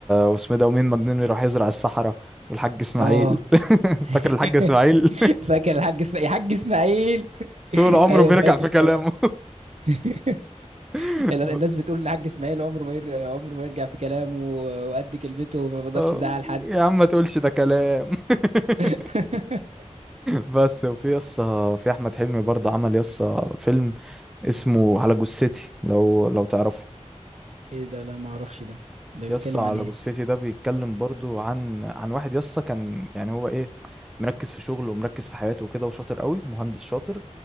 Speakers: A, in the centre; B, on the right.
A: واسمه إيه ده ومين مجنون راح يزرع الصحراء والحاج اسماعيل
B: اه
A: <laughs>
B: <laughs>
A: فاكر الحاج اسماعيل
B: <laughs> فاكر الحاج اسماعيل الحاج اسماعيل
A: <laughs>
B: <laughs>
A: طول عمره
B: ايوه
A: بيرجع
B: فاكر
A: في كلامه
B: طبعا <laughs>
A: <laughs>
B: ال- الناس بتقول ان الحاج اسماعيل عمره ما ير... عمره ما يرجع في كلامه وقد كلمته وما بيقدرش
A: آه،
B: يزعل حد
A: يا عم ما تقولش ده كلام <laughs>
B: <laughs>
A: بس وفي يسا في احمد حلمي برضه عمل يسا فيلم اسمه على جثتي لو لو تعرفه
B: ايه ده لا ما اعرفش ده ده بيتكلم
A: يسا على
B: عن ايه
A: جثتي ده بيتكلم برضو عن عن واحد يسا كان يعني هو ايه مركز في شغله ومركز في حياته وكده وشاطر قوي مهندس شاطر